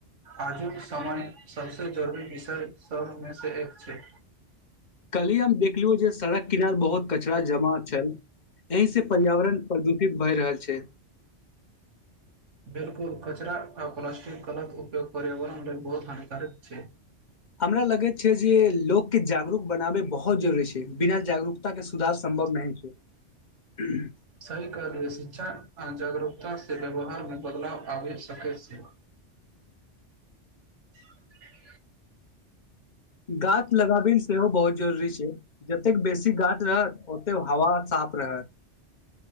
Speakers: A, on the right; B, on the left.
A: आजुक समय सबसे जरूरी विषय सबमे से एक छै
B: कल्हि हम देखलियो जे सड़क किनार बहुत कचरा। कचरा जमा छल एहि सँ पर्यावरण प्रदूषित भए रहल। छै
A: बिल्कुल, कचरा आ प्लास्टिकक गलत उपयोग पर्यावरण लेल बहुत हानिकारक छै।
B: हमरा लगैत छै जे लोकके जागरूक बनाबै बहुत जरूरी छै। बिना जागरूकता के सुधार संभव सम्भव नहि छै
A: सही कहलियै शिक्षा आ जागरूकता सँ व्यवहारमे बदलाव आबि सकैत छै <unintelligible>
B: गाछ लगाबै सेहो बहुत जरूरी छै। जतेक बेसी गाछ रहत, ओते हवा साफ रहत। रहत